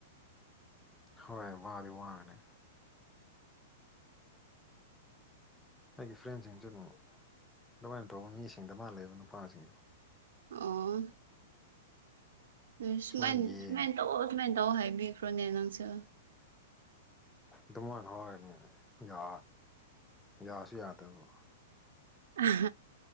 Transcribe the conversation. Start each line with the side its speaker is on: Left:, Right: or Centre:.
Centre: ꯍꯣꯏ ꯋꯥꯗꯤ ꯋꯥꯒꯅꯤ ꯑꯩꯒꯤ ꯐ꯭ꯔꯦꯟꯁꯤꯡꯁꯨ ꯑꯗꯨꯝ ꯑꯗꯨꯃꯥꯏꯅ ꯇꯧꯕ ꯃꯤꯁꯤꯡꯗ ꯃꯥ ꯂꯩꯕ ꯅꯨꯄꯥꯁꯤꯡꯗ
Right: ꯑꯣ ꯎ ꯁꯨꯃꯥꯏ
Centre: ꯁꯨꯃꯥꯏꯅ ꯌꯦꯡ
Right: ꯁꯨꯃꯥꯏꯅ ꯇꯧꯑꯣ ꯁꯨꯃꯥꯏꯅ ꯇꯧꯑꯣ ꯍꯥꯏꯕꯤꯈ꯭ꯔꯣꯅꯦ ꯅꯪꯁꯨ
Centre: ꯑꯗꯨꯃꯣꯏꯅ ꯍꯔꯅꯦꯅꯦ ꯌꯥ ꯌꯥꯁꯨ ꯌꯥꯗꯕꯣ
Right: ꯑ